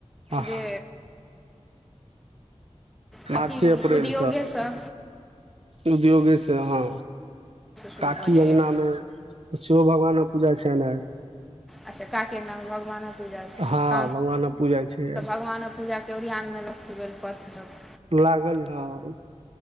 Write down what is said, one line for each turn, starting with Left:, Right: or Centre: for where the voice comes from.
Right: आह
Centre: जे कथी
Right: मार्चे अप्रैल
Centre: उद्योगे सँ
Right: उद्योगे से हँ
Centre: शुरू
Right: काकी
Centre: भऽ जाइए
Right: अङ्गनामे सेहो भगवान पूजा छै ने
Centre: अच्छा काकी आंगना मे भगवानक पूजा छै
Right: हँ
Centre: तहन
Right: भगवानक पूजा छै
Centre: तऽ
Right: आइ
Centre: भगवानक पूजा के ओरियान में लगतै बेलपत्र सभ
Right: लागल हँ